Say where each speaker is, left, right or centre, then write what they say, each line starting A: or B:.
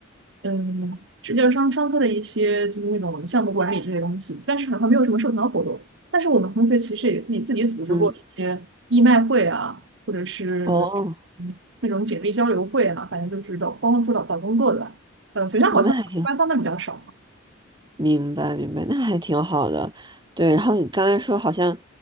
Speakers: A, on the right (about 65°); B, on the right (about 20°).
A: 嗯，就际是上上课的一些就是那种项目管理这些东西，但是好像没有什么社团活动。但是我们同学其实也自己自己组织过一些义卖会啊，
B: 嗯，嗯
A: 或者是
B: 哦，
A: 嗯那种简历交流会啊，反正就是找帮助找找工作的。呃，学校好像官方的比较少。
B: 哦那还挺，明白明白，那还挺好的。对，然后你刚才说好像